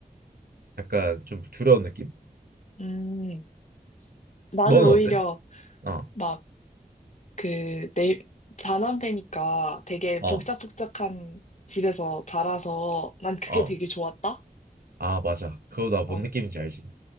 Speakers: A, on the right; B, on the left.
A: 약간 좀 두려운 느낌?
B: 음. 나는
A: 너는
B: 오히려,
A: 어때? 어,
B: 막, 그, 내, 자남배니까 되게
A: 어,
B: 복작복작한 집에서 자라서 난 그게
A: 어.
B: 되게 좋았다?
A: 아, 맞아. 그거 나 뭔
B: 어,
A: 느낌인지 알지?